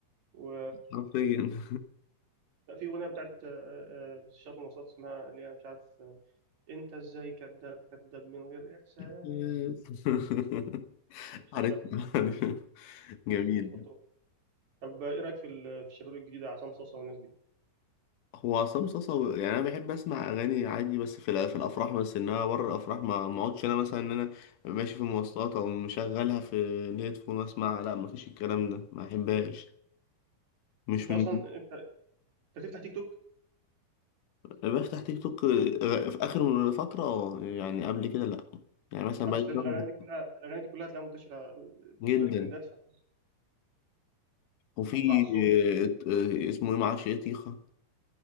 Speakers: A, on the right; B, on the left.
A: و
B: حرفيا <laughs>
A: لا، في اغنيه بتاعت آه، آه، شاطر مواصلات اسمها اللي هي مش عارف آه، انت ازاي كداب كداب من غير احساس
B: <laughs>
A: دي شغاله
B: عارف
A: في ال-
B: عارف
A: في
B: جميل
A: المواصلات طول. طب آه، ايه رايك في ال- في الشباب الجديده عصام صاصا والناس دي
B: هو عصام صاصا يعني انا بحب اسمع اغاني عادي بس في الأ- في الافراح بس انما بره الافراح ما ما اقعدش انا مثلا ان انا ماشي في المواصلات او مشغلها في الهيدفون واسمع لا ما فيش الكلام ده ما احبهاش مش
A: انت
B: من
A: اصلا انت انت بتفتح تيك توك
B: أنا بفتح تيك توك غ- في اخر فتره اه يعني قبل كده لا يعني مثلا
A: اصل
B: بقالي
A: الاغاني
B: شهر
A: دي كلها الاغاني دي كلها تلاقيها منتشره
B: جدا
A: بتبقى ترندات فتتحط
B: وفي
A: بقى على الصور
B: آه، آه، اسمه ايه معرفش ايه طيخه